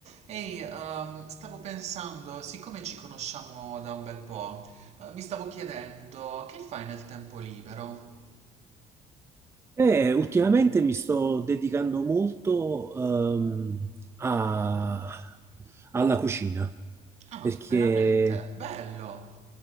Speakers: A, on the right; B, on the right.
A: Ehi, ehm, stavo pensando, siccome ci conosciamo da un bel po', eh, mi stavo chiedendo che fai nel tempo libero?
B: Eh, ultimamente mi sto dedicando molto ehm, a- alla cucina,
A: Ah,
B: perché
A: veramente? Bello!